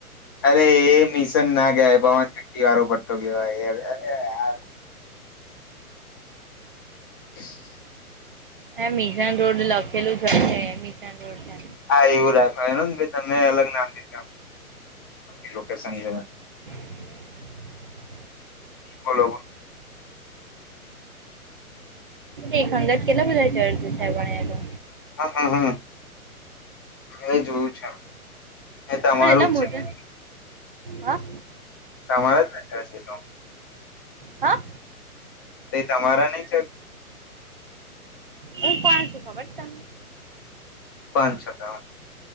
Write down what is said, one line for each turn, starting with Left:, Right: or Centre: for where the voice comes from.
Left: અરે એ મિશન ના ગયા ભવાન નક્કી વારો પટ્ટો કેવાય. <inaudible>
Right: હ મિશન રોડ લખેલું જ હોય છે મિશન રોડ છે.
Left: હા એવું રાખવા એનું ને ભ તમે અલગ નામ ફે લ લોકેશન છે.
Right: હ <inaudible>
Left: હાલો.
Right: એક હંગત કેલા બોધ છે અર્જુ સાહેબને તો.
Left: હા હા હા, હવે જોવું છે. એ તમારું
Right: પણ એલા મોટ,
Left: જ છે
Right: હા.
Left: તમારા જાર છે તો.
Right: હા?
Left: તે તમારા નહી ચ
Right: હ કોણ સુું ખબડ તમને?
Left: બંધ શકાય.